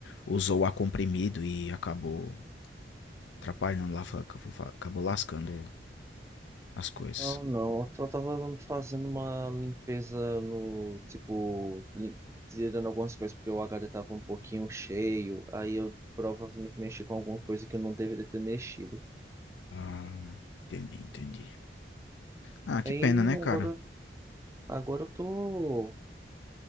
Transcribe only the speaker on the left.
usou o ar comprimido e acabou atrapalham lá, acabou lascando as coisas.
Ah, entendi, entendi. Ah, que
pena, né,
cara?